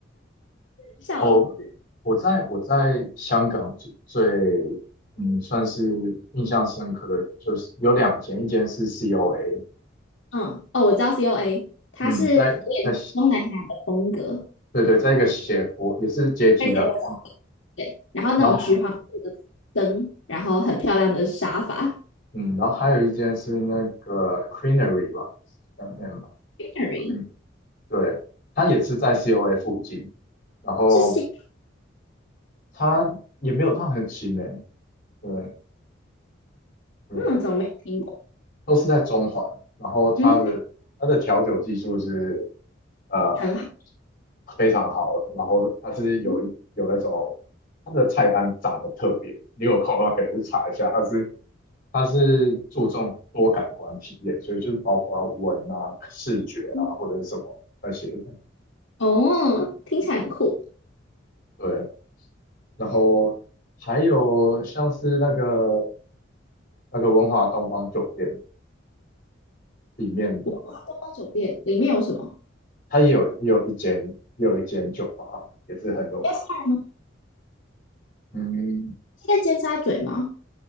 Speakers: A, on the left; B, on the left.
A: 笑死
B: 哦，我在我在香港最最嗯算是印象深刻的就是有两间，一间是 COA。
A: 嗯，哦，我知道 COA，它是有点东南亚的风格，
B: 嗯，在在对对，在一个斜坡，也是阶梯那边。
A: 看起来对，然后那种橘黄色的灯，
B: 然后还，
A: 然后很漂亮的沙发
B: 嗯，然后还有一间是那个 c r e a n e r y 吧，嗯嗯吧，
A: g r n e r y
B: 嗯，对，它也是在 COA 附近，然后
A: 是新，
B: 它也没有到很新诶，对对，
A: 嗯，怎么没有听过？
B: 都是在中环。然后它的它的调酒技术是
A: 嗯，
B: 呃
A: 很好，
B: 非常好的，然后它是有有那种它的菜单长得特别，
A: 嗯
B: 你有空的话可以去查一下，它是它是注重多感官体验，所以就是包括闻啊、视觉啊或者是什么那些的
A: 嗯哦，听起来很酷。
B: 对，然后还有像是那个那个文华东方酒店里面的，
A: 我观光酒店里面有什么
B: 它也有也有一间也有一间酒吧，也是很有
A: s r 吗？
B: 嗯，
A: 是在尖沙咀吗？